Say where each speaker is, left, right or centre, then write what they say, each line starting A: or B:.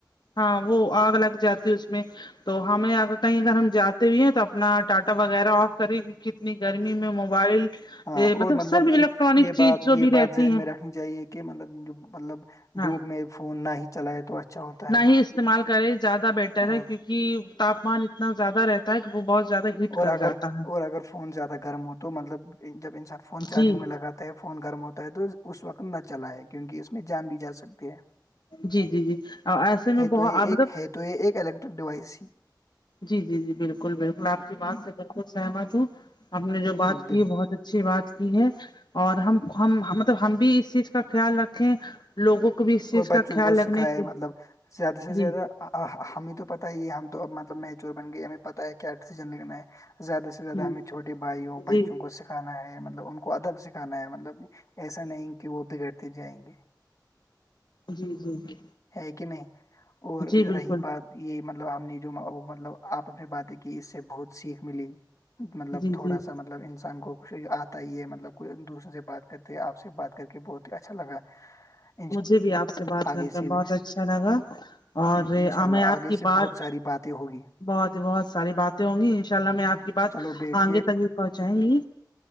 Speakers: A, on the left; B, on the left.
A: ہاں وہ آگ لگ جاتی اس میں تو ہمیں ا کہیں اگر ہم جاتے بھی ہیں تو اپنا ٹاٹا وغیرہ آف کریں کتنی گرمی میں موبائل
B: ہاں اور مطلب
A: سب الیکٹرانک
B: یہ
A: چیز
B: بات
A: جو بھی
B: یہ بات
A: رہتی
B: ذہن
A: ہیں
B: میں رکھ چاہیے کہ مطلب مطلب
A: ہاں
B: دھوپ میں فون نہ ہی چلائے تو اچھا ہوتا ہے
A: نہ ہی استعمال کرے زیادہ بیٹر
B: ہاں
A: ہے کیونکہ تاپمان اتنا زیادہ رہتا ہے کہ وہ بہت زیادہ ہیٹ
B: اور
A: کر
B: اگر
A: جاتا ہے
B: اور اگر فون زیادہ گرم ہو تو مطلب جب انسان فون چارجنگ
A: جی
B: میں لگات فون گرم ہوتا ہے تو اس وقت نہ چلا ہے کیونکہ اس میں جان بھی جا سکتی ہے
A: جی جی جی ایسے میں
B: ہے
A: بہت
B: تو یہ ایک
A: مطلب
B: ہے تو یہ ایک الیکٹرک ڈیوائس ہے
A: جی جی جی بالکل بالکل آپ کی بات سے بالکل سہمت ہوں آپ نے جو بات
B: بالکل
A: کی بہت اچ ا سی بات کی ہے اور ہم مطلب ہم بھی اس چیز کا خیال رکھیں لوگوں کو بھی اس چیز
B: اور بچوں
A: کا خیال
B: کو
A: رکھنے
B: سکھائے
A: کے
B: مطلب زیادہ سے زیادہ
A: جی
B: ہمیں تو پتا ہی ہے ہم تو اب مطلب میچور بن گئی ہمیں پتہ ہے کیا سزن لنا ہے زیادہ سے زیادہ
A: ہ
B: ہمیں چوٹے بائیوں بچوں
A: جی
B: کو سیکھ سکھانا ہے مطلب ان کو ادب سکھانا ہے مطلب ایسا نہیں کہ وہ بگڑتے جائیں گے
A: جی جی جی
B: ہے کہ نہیں اور
A: جی بالکل
B: رہی بات یہ مطلب ہم نے جو مطلب آپنے باتیں کی اس سے بہت سیکھ ملی مطلب
A: جی
B: تھوڑا
A: جی
B: سا مب مطلب انسان کو کچھ آتا ہی ہے مطلب کوئی دوسرے سے بات کرتے آپ سے بات کر کے بہت ہی اچھا لگا <unintelligible>
A: مجھے بھی آپ سے بات
B: آگے
A: کرتا
B: سے بھی
A: بہت اچھا لگا اوریں
B: انشاء اللہ
A: آپ
B: آگے
A: کی
B: سے
A: بات
B: بہت ساری باتیں ہوگی
A: بہت ہی بہت ساری باتیں ہوں گی ان شاء اللہ میں آپ کی بات
B: چلو بیٹھیے
A: آئ گے ت پہنچائیں گی